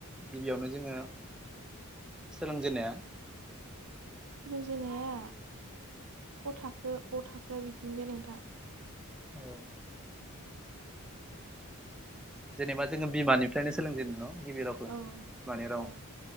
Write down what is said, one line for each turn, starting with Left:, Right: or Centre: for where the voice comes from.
Centre: गिबियावनो जोङो सोलोंजेननाया
Right: सोलोंजेननाया ख थाखो अ थाखो बिदिनिफ्राय नोंथां।
Centre: औ। जेनेबा जोङो बिमानिफ्रायनो सोलोंजेनदों नङा होनबा गिबि रावखौ
Right: औ
Centre: बिमानि
Right: औ
Centre: राव।